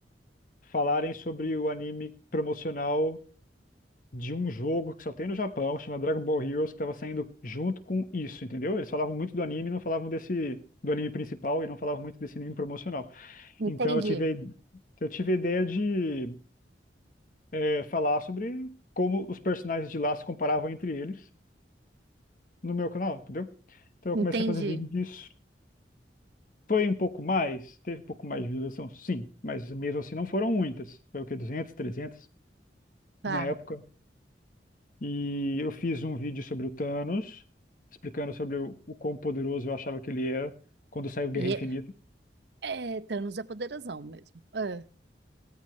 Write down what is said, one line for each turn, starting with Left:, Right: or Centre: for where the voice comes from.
Left: falarem sobre o anime promocional de um jogo que só tem no Japão, chama Dragon Ball Heroes, que estava saindo junto com isso, entendeu? Eles falavam muito do anime, não falavam desse do anime principal e não falavam muito desse anime promocional.
Right: Entendi.
Left: Então eu tive a- eu tive a ideia de é, falar sobre como os personagens de lá se comparavam entre eles no meu canal, entendeu? Então eu
Right: Entendi.
Left: comecei a fazer vídeo disso. Foi um pouco mais, teve um pouco mais de visualização, sim, mas mesmo assim não foram muitas. Foi o que, 200, 300
Right: Tá.
Left: na época. E eu fiz um vídeo sobre o Thanos, explicando sobre o, o quão poderoso eu achava que ele era quando saiu Guerra
Right: E
Left: Infinita.
Right: é, é, Thanos é poderosão mesmo. Ah,